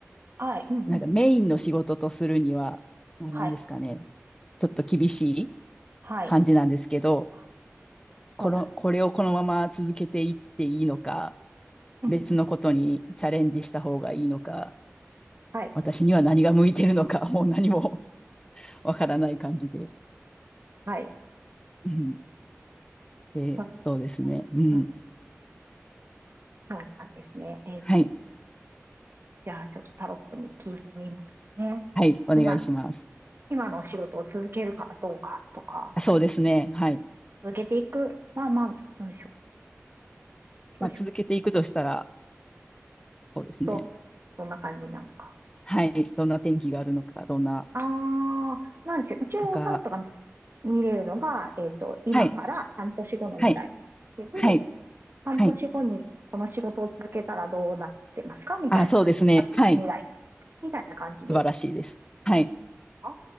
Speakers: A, on the right; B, on the left.
A: はい。うんうん。
B: なんかメインの仕事とするには、まあ、
A: はい。
B: なんですかね、ちょっと厳しい
A: はい。
B: 感じなんですけど、
A: あ、そうなんですね。
B: この、これをこのまま続けていっていいのか、
A: うんうん。
B: 別のことにチャレンジした方がいいのか、
A: はい。
B: 私には何が向いてるのか、<laughs> もう何も <laughs> わからない感じで。
A: はい。
B: うんで、
A: そうはい。
B: そうですね。うん。
A: うん。そうなんですね。えっと、
B: はい。
A: じゃあ、ちょっとタロットに聞いてみますね。
B: はい。お願いします。
A: 今、今のお仕事を続けるかどうかとか、
B: あそうですね。はい。
A: 続けていく。まあまあ、どうでしょう。どうしようか。
B: まあ、続けていくとしたら、そうですね。
A: どう、どんな感じなのか。
B: はい。どんな天気があるのか、どんな、
A: ああ、なんでしょう。一応タロットが
B: とか。
A: 見れるのが、えっと、今から半年後の未来なんですけど、
B: はい。はい。はい。
A: 半年後にこの仕事を続けたらどうなってますかみたいな、
B: はい。あ、そうですね。
A: ちょっと先の未来
B: はい。
A: みたいな感じで。
B: 素晴らしいです。はい。
A: あ